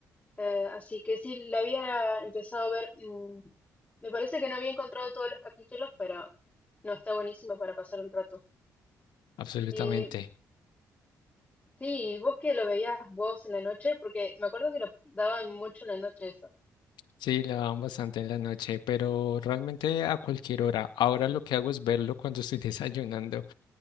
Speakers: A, on the left; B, on the left.
A: Eh, así que sí, la había empezado a ver. mm, me parece que no había encontrado todos los capítulos, pero no, está buenísimo para pasar un rato.
B: absolutamente.
A: Y sí, vos que lo veías vos en la noche, porque me acuerdo que lo daban mucho en la noche eso.
B: Sí, lo daban bastante en la noche, pero realmente a cualquier hora. Ahora lo que hago es verlo cuando estoy <laughs> desayunando.